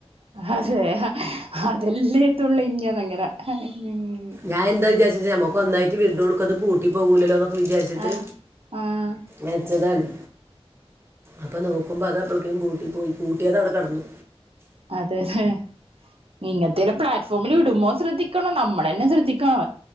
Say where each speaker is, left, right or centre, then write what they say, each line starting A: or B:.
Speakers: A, on the right; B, on the right.
A: അതെ അതെല്ലത്തുള്ള ഇഞ്ഞന്ന് അങ്ങനെ ഉം
B: ഞാൻ എന്താ വിചാരിച്ചേ നമക്ക് ഒന്നായിട്ട് വീഡ്രോ കൊടുക്കത് പൂട്ടി പോകൂലല്ലോ എന്നൊക്കെ വിചാരിച്ചിട്ട്
A: ആഹ് ആഹ് ആഹ്
B: വെച്ചതാണ് അപ്പൊ നോക്കുമ്പോ അത് അപ്പോളക്കിനും പൂട്ടി പോയി കൂട്ടിയത അവിടെ കടന്നു
A: അതെ ഹെ ഇങ്ങനത്തെ ഒരു പ്ലാറ്റ്ഫോമിൽ ഇടുമ്പോ ശ്രദ്ധിക്കണോ നമ്മളാന്നെ ശ്രദ്ധിക്കണോ